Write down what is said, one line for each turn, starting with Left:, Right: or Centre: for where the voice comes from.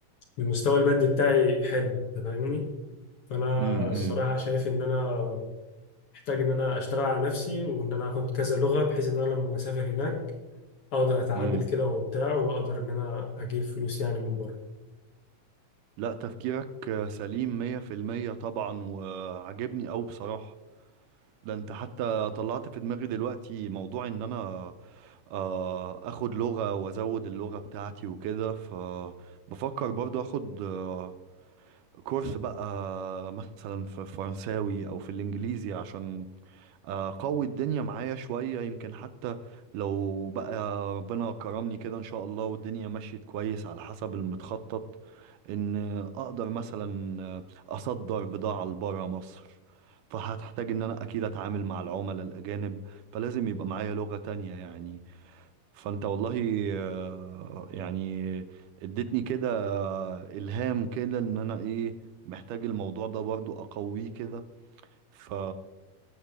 Left: المستوى المادي بتاعي حلو انت فاهمني فانا
Right: مم.
Left: الصراحه
Right: مم.
Left: شايف ان انا محتاج ان انا اشتغل على نفسي وان انا اخد كذا لغه بحيث ان انا لما اسافر هناك اقدر اتعامل
Right: مم.
Left: كده وبتاع واقدر ان انا اجيب فلوس يعني من بره
Right: لا تفكيرك آه، سليم 100% طبعا وعجبني قوي بصراحه ده انت حتى طلعت في دماغي دلوقتي موضوع ان انا آه، اخد لغة وازود اللغة بتاعتي وكده فبفكر برضو اخد آه، كورس بقى مثلا في فرنساوي او في الانجليزي عشان آه، قوي الدنيا معايا شوية يمكن حتى لو بقى ربنا كرمني كده ان شاء الله والدنيا مشيت كويس على حسب المتخطط ان اقدر مثلا آه، اصدر بضاعة لبرا مصر فهتحتاج ان انا اكيد اتعامل مع العملاء الاجانب فلازم يبقى معايا لغة تانية يعني فانت والله آه، يعني اديتني كده آه، الهام كده ان انا ايه محتاج الموضوع ده برضو اقويه كده ف